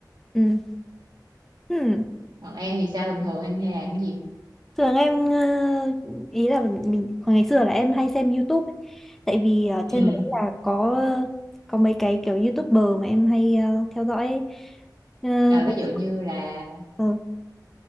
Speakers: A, in the centre; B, on the right.
A: ừ. Hmm.
B: Còn em thì sao bình thường em hay làm cái gì?
A: Thường em ờ, ý là mình hồi ngày xưa là em hay xem YouTube ấy. Tại vì ở
B: Ừ,
A: trên đấy là có có mấy cái kiểu YouTuber mà em hay ờ, theo dõi ấy. Ờ,
B: ờ,
A: hồi-
B: ví dụ như là
A: ờ,